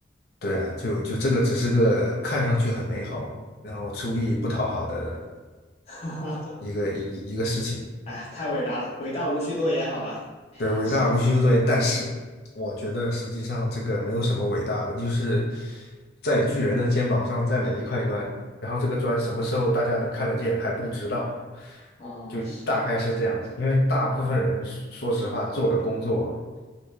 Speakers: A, on the left; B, on the left.
A: 对啊，就就这个只是个看上去很美好，然后出力不讨好的
B: <laughs>
A: 一个一一个事情。
B: 哎呀，太伟大了，伟大无需多言，好吧？
A: 对，伟大无需修多言，
B: 行
A: 但是我觉得实际上这个没有什么伟大的，就是在巨人的肩膀上再垒一块砖，然后这个砖什么时候大家能看得见还不知道，
B: 啊，
A: 就大概是这样子。
B: 是
A: 因为大部分人说实话做的工作